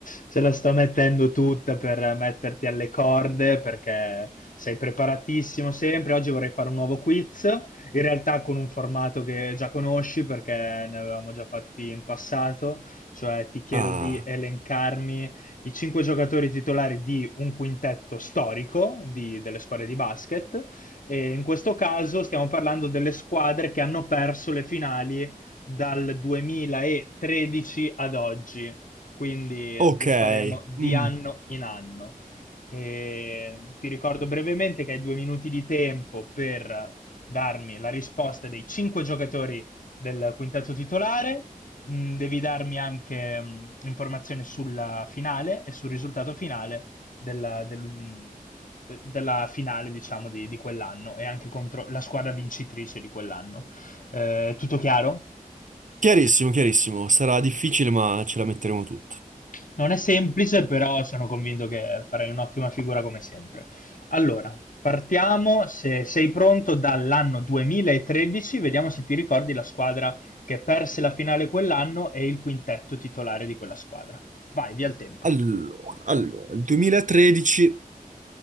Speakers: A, on the left; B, on the right.
A: Ce la sto mettendo tutta per metterti alle corde perché sei preparatissimo sempre. Oggi vorrei fare un nuovo quiz, in realtà con un formato che già conosci perché ne avevamo già fatti in passato, cioè ti chiedo
B: Ah,
A: di elencarmi i cinque giocatori titolari di un quintetto storico di- delle squadre di basket e in questo caso stiamo parlando delle squadre che hanno perso le finali dal 2013 ad oggi quindi
B: ok,
A: lo faremo di
B: Mm,
A: anno in anno. E ti ricordo brevemente che hai due minuti di tempo per darmi la risposta dei cinque giocatori del quintetto titolare. Mm, Devi darmi anche mm, informazioni sulla finale e sul risultato finale della, del- mm, de- della finale, diciamo, di, di quell'anno e anche contro la squadra vincitrice di quell'anno. Eh, tutto chiaro?
B: chiarissimo, chiarissimo, sarà difficile ma ce la metteremo tutta.
A: Non è semplice, però sono convinto che farai un'ottima figura come sempre. Allora, partiamo, se sei pronto dall'anno 2013, vediamo se ti ricordi la squadra che perse la finale quell'anno e il quintetto titolare di quella squadra. Vai, via il tempo.
B: Allora, allora, il 2013